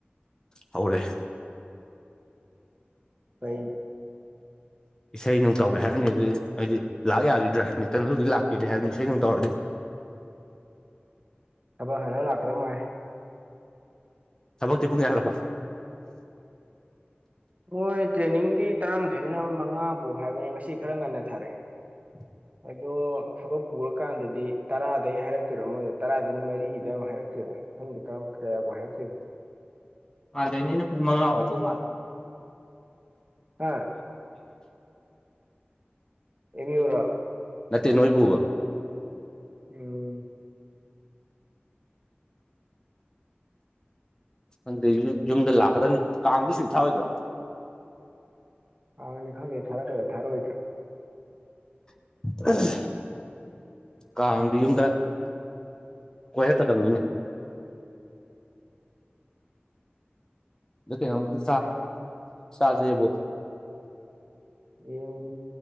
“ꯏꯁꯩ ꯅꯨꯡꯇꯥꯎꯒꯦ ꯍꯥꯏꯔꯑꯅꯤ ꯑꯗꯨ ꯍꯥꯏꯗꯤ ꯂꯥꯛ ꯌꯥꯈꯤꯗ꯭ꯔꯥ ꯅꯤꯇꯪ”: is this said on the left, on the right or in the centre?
Left